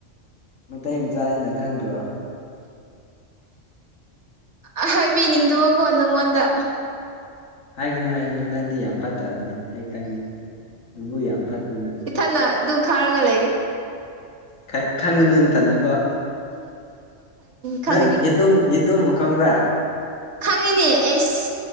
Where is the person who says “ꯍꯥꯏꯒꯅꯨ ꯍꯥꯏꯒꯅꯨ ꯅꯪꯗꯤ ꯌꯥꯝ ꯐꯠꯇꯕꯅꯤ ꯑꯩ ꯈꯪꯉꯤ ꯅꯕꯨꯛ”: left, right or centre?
Left